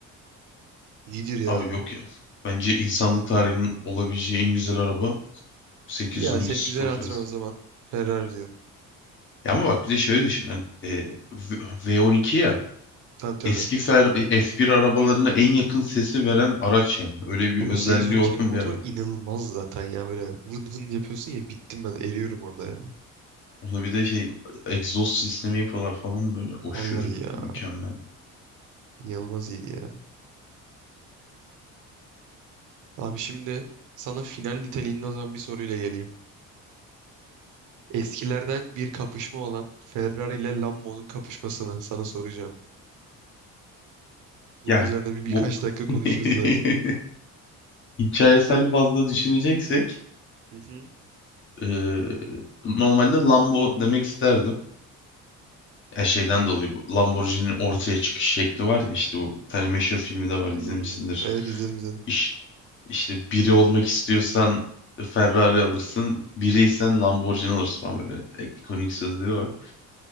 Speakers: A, on the right (about 70°); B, on the left (about 40°).
A: iyidir ya.
B: Abi yok ya. Bence insanlık tarihinin olabileceği en güzel araba 812
A: İyi ya senin
B: Superfast.
A: güzel hatırın o zaman. Ferrari diyorum.
B: Ya ama bak bir de şöyle düşün hani e, V- V12 ya
A: Tabii tabii.
B: eski Fer- F1 arabalarına en yakın sesi veren araç yani. Öyle bir
A: Abi
B: özelliği
A: Ama 812'nin
B: olan
A: motor
B: bir araba.
A: inanılmaz zaten ya böyle vın vın yapıyorsun ya bittim ben eriyorum orada ya.
B: Orada bir de şey egzoz sistemi yapıyorlar falan böyle aşırı
A: Vallahi ya
B: mükemmel.
A: inanılmaz iyiydi ya. Abi şimdi sana final niteliğinde o zaman bir soruyla geleyim. Eskilerden bir kapışma olan Ferrari ile Lambo'nun kapışmasını sana soracağım. Bunun
B: Yani
A: üzerine bir birkaç
B: bu
A: dakika konuşuruz
B: <laughs>
A: zaten.
B: hikayesel fazla düşüneceksek
A: Hı hı.
B: eee, normalde Lambo demek isterdim. Ya şeyden dolayı bu Lamborghini'nin ortaya çıkış şekli var ya işte bu bir tane meşhur filmi de var
A: Hmm,
B: izlemişsindir.
A: evet izledim izledim.
B: İş, işte biri olmak istiyorsan Ferrari alırsın, biriysen Lamborghini alırsın falan böyle e, ikonik sözleri var.